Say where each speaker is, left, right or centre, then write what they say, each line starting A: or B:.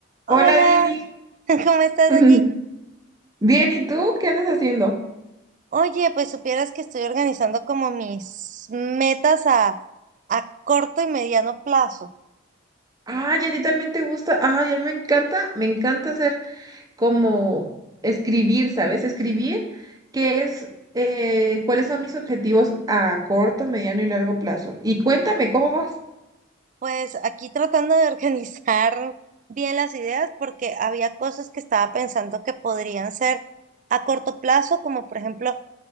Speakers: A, on the right; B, on the right.
A: Hola,
B: Hola, Demi.
A: <laughs> ¿cómo estás,
B: <laughs>
A: Angie?
B: Bien, ¿y tú? ¿Qué andas haciendo?
A: Oye, pues supieras que estoy organizando como mis metas a, a corto y mediano plazo.
B: Ah, ya a ti también te gusta. Ah, ya me encanta, me encanta hacer como escribir, ¿sabes? Escribir, que es eh, cuáles son mis objetivos a corto, mediano y largo plazo. Y cuéntame, ¿cómo vas?
A: Pues aquí tratando de <laughs> organizar bien las ideas porque había cosas que estaba pensando que podrían ser a corto plazo, como por ejemplo